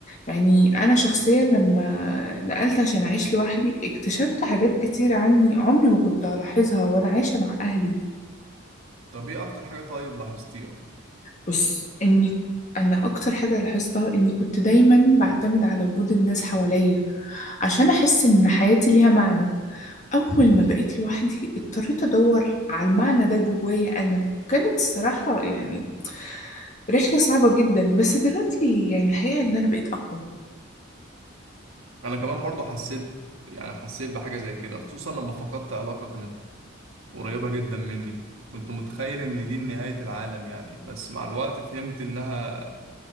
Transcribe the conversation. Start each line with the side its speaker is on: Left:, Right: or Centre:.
Left: يعني أنا شخصيا لما نقلت عشان أعيش لوحدي اكتشفت حاجات كتير عني عمري ما كنت هلاحظها وأنا عايشة مع أهلي
Right: طب إيه أكتر حاجة طيب لاحظتيها؟
Left: بص إني أنا أكتر حاجة لاحظتها إني كنت دايما بعتمد على وجود الناس حواليا عشان أحس إن حياتي ليها معنى أول ما بقيت لوحدي اضطريت أدور على المعنى ده جوايا أنا وكانت الصراحة يعني رحلة صعبة جدا بس دلوقتي يعني الحقيقة إن أنا بقيت أقوى
Right: أنا كمان برضه حسيت يعني حسيت بحاجة زي كده خصوصا لما فقدت علاقة كانت قريبة جدا مني كنت متخيل إن دي نهاية العالم يعني بس مع الوقت فهمت إنها